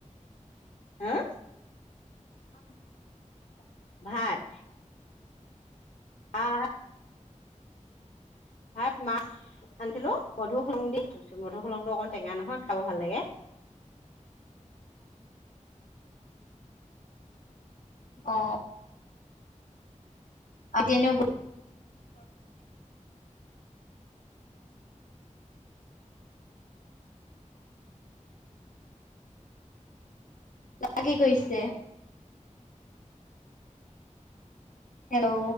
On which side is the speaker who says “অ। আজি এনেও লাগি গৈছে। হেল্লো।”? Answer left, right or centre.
Left